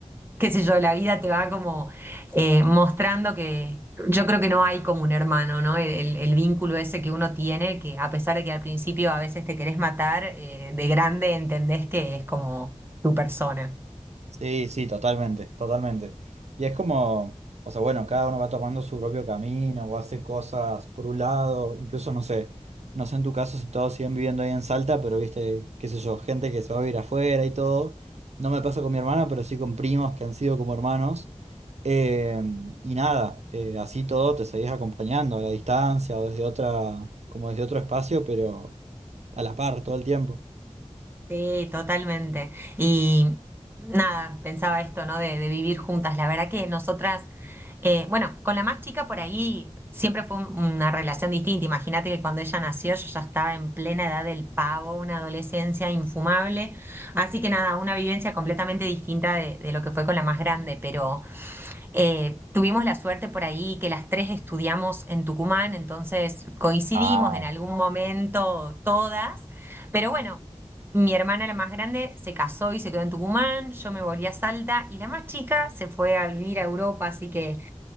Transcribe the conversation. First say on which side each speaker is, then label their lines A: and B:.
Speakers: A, on the right (about 20°); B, on the right (about 70°).
A: qué sé yo, la vida te va como eh, mostrando que yo creo que no hay como un hermano, ¿no? El, el vínculo ese que uno tiene, que a pesar de que al principio a veces te querés matar, eh, de grande entendés que es como tu persona.
B: Sí, sí, totalmente, totalmente. Y es como, o sea, bueno, cada uno va tomando su propio camino o hace cosas por un lado, incluso no sé, no sé en tu caso si todos siguen viviendo ahí en Salta, pero viste, qué sé yo, gente que se va a vivir afuera y todo. No me pasa con mi hermana, pero sí con primos que han sido como hermanos. Eh, y nada, eh, así todo te seguís acompañando a la distancia o desde otra, como desde otro espacio, pero a la par todo el tiempo.
A: Sí, totalmente. Y nada, pensaba esto, ¿no? De, de vivir juntas. La verdad que nosotras, eh, bueno, con la más chica por ahí siempre fue un- una relación distinta. Imagínate que cuando ella nació yo ya estaba en plena edad del pavo, una adolescencia infumable. Así que nada, una vivencia completamente distinta de, de lo que fue con la más grande, pero... Eh, tuvimos la suerte por ahí que las tres estudiamos en Tucumán, entonces coincidimos
B: Ah,
A: en algún momento todas, pero bueno, mi hermana la más grande se casó y se quedó en Tucumán, yo me volví a Salta y la más chica se fue a vivir a Europa, así que